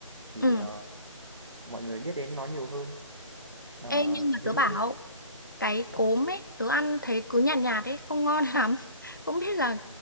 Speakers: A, on the right (about 60°); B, on the left (about 35°).
A: thì
B: Ừ.
A: ờ, mọi người biết đến nó nhiều hơn. Ờ,
B: Ê nhưng mà
A: ví
B: tớ
A: dụ
B: bảo
A: như
B: cái cốm
A: ừ,
B: ấy tớ ăn thấy cứ nhạt nhạt ấy không ngon lắm <laughs> không biết là